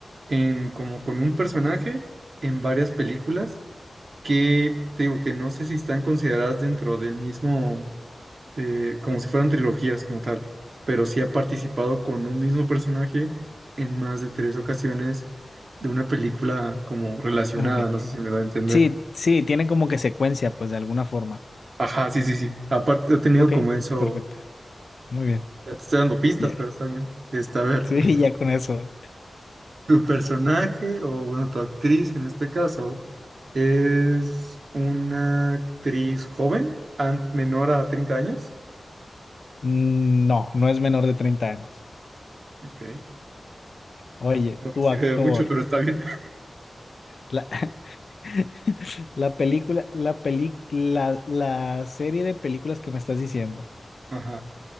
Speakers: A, on the right (about 60°); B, on the left (about 65°).
A: en como con un personaje en varias películas que te digo que no sé si están consideradas dentro del mismo eh, como si fueran trilogías como tal, pero sí ha participado con un mismo personaje en más de tres ocasiones de una película como relacionada,
B: Ah, Ok.
A: no sé si me doy a entender.
B: Sí, sí, tiene como que secuencia, pues de alguna forma.
A: Ajá, sí, sí, sí. Aparte, he tenido
B: Ok,
A: como eso,
B: perfecto. Muy bien.
A: ya te estoy dando pistas,
B: Ya.
A: pero está bien. Está, a ver,
B: <laughs> Sí,
A: <laughs>
B: ya con eso.
A: tu personaje o bueno, tu actriz en este caso es una actriz joven, an- menor a 30 años.
B: Mm, No, no es menor de 30 años.
A: Ok.
B: Oye,
A: No me
B: tu
A: sirve
B: actor.
A: de mucho, pero está bien.
B: La, <laughs> la película, la peli, la, la serie de películas que me estás diciendo,
A: Ajá.